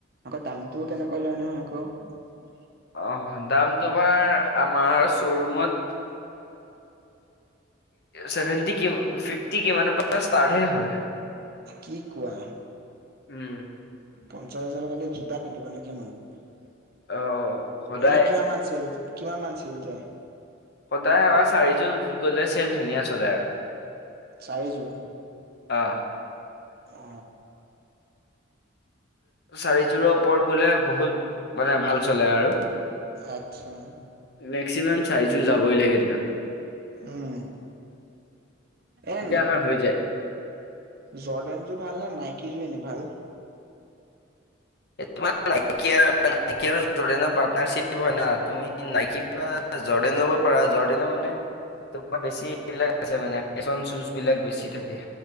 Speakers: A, on the right; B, on the left.
A: আকৌ দামটো তেনেকুৱা লয় নহয় আকৌ উম
B: অ দাম তোমাৰ আমাৰ শ্বৰুমত চেভেনটি কিম ফিফটি কিমানৰ পা ষ্টাততে হয়
A: কি কোৱা
B: উম
A: পঞ্চাশ হাজাৰৰ টকা দি জোতা কিনিব নে কি মানুহে
B: অ সদায়
A: এনে কিমান মান চেল কিমান মান চেল যায়
B: সদায় এবাৰ চাৰিযোৰ গলে চেল ধুনীয়া চলে আৰু
A: চাৰি যোৰ
B: অহ
A: অ
B: চাৰিযোৰৰ ওপৰত গ'লে বহুত মানে ভাল চলে আৰু
A: আচ্ছা
B: মেক্সিমাম চাৰিযোৰ যাবই লাগে দিনত
A: উম এন
B: তেতিয়া আমাৰ হৈ যায়।
A: জৰ্ডেন জোৰ ভাল নে নাইকি জোৰ এনেই ভাল
B: তোমাৰ নাইকিয়া আৰু জুৰিনৰ পত্নাৰচিপ হয় ন তুমি নাইকি <unintelligible> জৰ্ডেন ল'ব পাৰা জৰ্ডেনৰ মানে তোমাৰ বেছি এইবিলাকছে মানে ফেশ্বন চোচ বিলাক বেছি থাকে